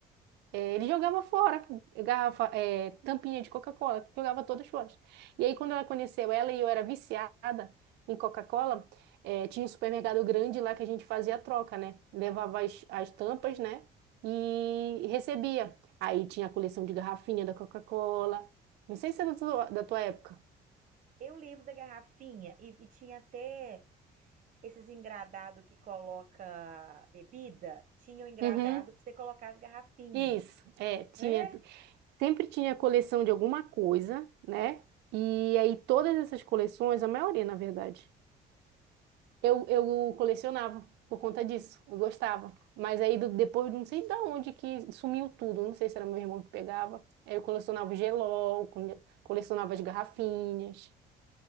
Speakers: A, on the right; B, on the right.
A: É, ele jogava fora garrafa, é, tampinha de Coca-Cola, jogava todas fora. E aí, quando ela conheceu ela e eu era viciada em Coca-Cola, é, tinha um supermercado grande lá que a gente fazia a troca, né? Levava as, as tampas, né? E recebia. Aí tinha a coleção de garrafinha da Coca-Cola. Não sei se é da tua, da tua época.
B: Eu lembro da garrafinha e, e tinha até esses engradado que coloca bebida, tinha o engradado
A: Uhum.
B: para você colocar as garrafinhas,
A: Isso, é, tinha,
B: não é?
A: sempre tinha coleção de alguma coisa, né? E aí todas essas coleções, a maioria, na verdade, Eu, eu colecionava por conta disso, eu gostava. Mas aí do- depois de não sei de onde que sumiu tudo, não sei se era meu irmão que pegava. Aí eu colecionava o gelol, cole- colecionava as garrafinhas.